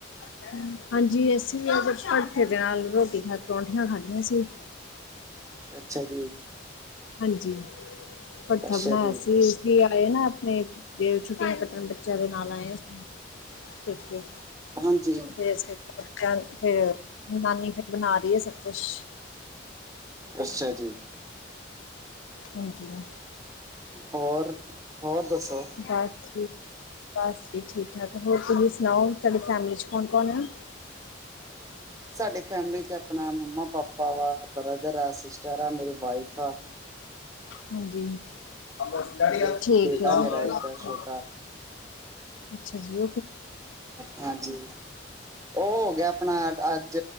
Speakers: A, on the left; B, on the right.
A: ਹ <unintelligible> ਹਾਂਜੀ ਅਸੀਂ ਅ ਭਰਥੇ ਦੇ ਨਾਲ, ਰੋਟੀ ਖਾ ਪਰੋਂਠੀਆਂ ਖਾਧੀਆਂ ਸੀ।
B: ਅੱਛਾ ਜੀ।
A: ਹਾਂਜੀ। ਭੜਥਾ
B: ਅੱਛਾ
A: ਬਣਾਇਆ
B: ਜੀ
A: ਸੀ, ਦੀਦੀ ਆਏ ਨਾ ਆਪਣੇ, ਛੁੱਟੀਆਂ ਕੱਟਨ ਬੱਚਿਆਂ ਦੇ ਨਾਲ ਆਏ ਅ ਪੇਕੇ।
B: ਹਾਂਜੀ
A: ਫਿਰ ਬੱਚਿਆਂ ਫੇਰ ਨਾਨੀ ਫਿਰ ਬਣਾ ਰਹੀ ਹੈ ਸਭ ਕੁਛ।
B: ਅੱਛਾ ਜੀ।
A: ਹਾਂਜੀ, ਹਾਂ
B: ਹੋਰ, ਹੋਰ ਦੱਸੋ?
A: ਬਸ ਜੀ ਠੀਕ, ਬਸ ਜੀ ਠੀਕ ਠਾਕ, ਹੋਰ ਤੁਸੀਂ ਸੁਣਾਓ, ਤੁਹਾਡੀ ਫੈਮਿਲੀ 'ਚ ਹੈਂ
B: ਸਾਡੇ ਫੈਮਿਲੀ ਤੇ ਆਪਣਾ ਮੰਮਾ -ਪਾਪਾ ਵਾ, ਬ੍ਰਦਰ ਆ, ਸਿਸਟਰ ਆ, ਮੇਰੀ ਵਾਈਫ ਆ।
A: ਹਾਂਜੀ, ਠੀਕ
B: ਇੱਕ ਬੇਟਾ
A: ਹੈ ਜੀ। ਨਾ
B: ਮੇਰਾ
A: ਤੇ
B: ਇੱਕ
A: ਓਧਰ
B: ਛੋਟਾ
A: ਅੱਛਾ ਜੀ।
B: ਹਾਂਜੀ ਉਹ ਹੋ ਗਿਆ ਆਪਣਾ ਅੱਜ